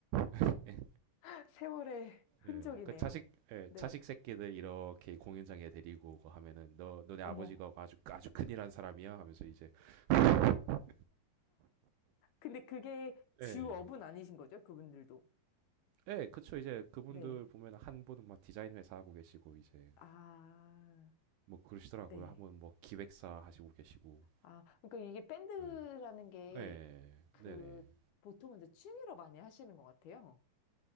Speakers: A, on the right; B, on the left.
A: <laughs> 예.
B: <laughs> 세월의 흔적이네요.
A: 예. 그 자식 예,
B: 네.
A: 자식 새끼들 이렇게 공연장에 데리고 오고 하면은 너 너네
B: 어머.
A: 아버지가 아주 아주 큰일 한 사람이야 하면서 이제 <laughs>
B: 근데 그게 주업은
A: 예.
B: 아니신 거죠? 그분들도.
A: 예, 그쵸. 이제 그분들
B: 네.
A: 보면 한 분은 막 디자인 회사 하고 계시고, 이제
B: 아,
A: 뭐 그러시더라고요.
B: 네.
A: 한 분은 뭐 기획사 하시고 계시고.
B: 아, 그러니까 이게 밴드라는
A: 예.
B: 게
A: 예,
B: 그
A: 네네.
B: 보통은 이제 취미로 많이 하시는 것 같아요.